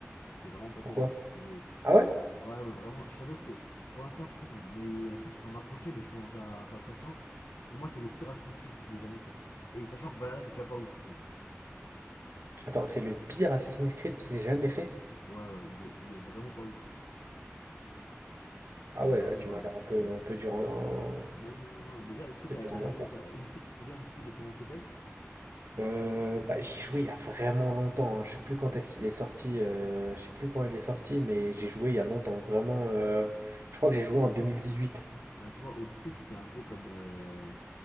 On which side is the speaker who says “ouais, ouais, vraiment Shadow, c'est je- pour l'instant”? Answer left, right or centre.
Left